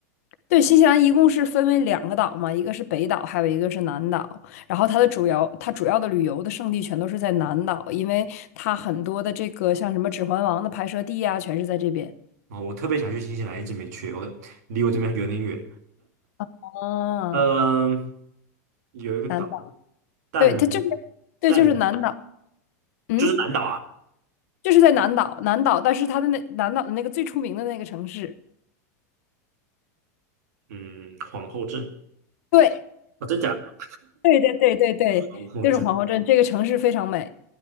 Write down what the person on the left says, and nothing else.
对，新西兰一共是分为两个岛嘛，一个是北岛，还有一个是南岛。然后它的主要，它主要的旅游的胜地全都是在南岛，因为它很多的这个像什么《指环王》的拍摄地啊，全是在这边。
啊。
南岛，
对，它就是，对，
就是南岛，嗯，
就是在南岛，南岛，但是它的那南岛的那个最出名的那个城市，
对，
对对对对对，
就是皇后镇，这个城市非常美。